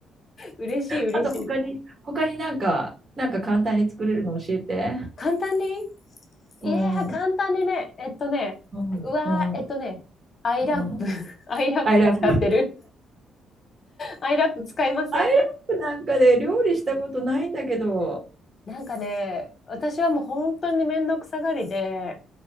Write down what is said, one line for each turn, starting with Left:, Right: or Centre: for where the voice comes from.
Left: 嬉しい、嬉しい。
Right: あと、他に、他になんか、なんか簡単に作れるの教えて。
Left: 簡単に
Right: うん、
Left: いやー、簡単にね、
Right: うん、
Left: えっとね、
Right: う
Left: うわー、
Right: ん、
Left: えっとね、アイラップ、
Right: うん。
Left: <laughs> アイラップ使ってる。
Right: アイラップ。
Left: アイラップ使いません
Right: アイラップなんかで料理したことないんだけど、
Left: なんかね、私はもう本当にめんどくさがりで、